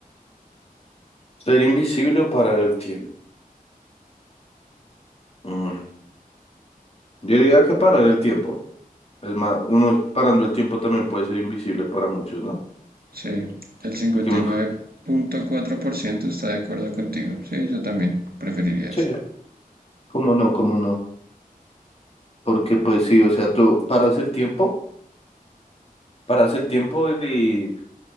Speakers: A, on the left; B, on the right.
A: ¿Ser invisible o parar el tiempo? Mm, Yo diría que parar el tiempo. Es más, uno parando el tiempo también puede ser invisible para muchos, ¿no?
B: Sí, el 59.4%
A: El que más-
B: está de acuerdo contigo. Sí, yo también preferiría
A: Sí.
B: eso.
A: ¿Cómo no? ¿Cómo no? Porque pues sí, o sea, tú paras el tiempo, paras el tiempo y,